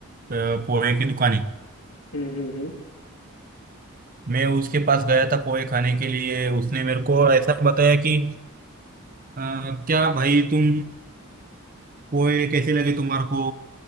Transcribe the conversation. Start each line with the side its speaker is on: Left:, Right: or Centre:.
Right: अ, पोहे की दुकान है
Left: हम्म हम्म हम्म
Right: मैं उसके पास गया था पोहे खाने के लिए उसने मेरे को ऐसा बताया कि अ, क्या भाई तुम पोहे कैसे लगे तुम्हारे को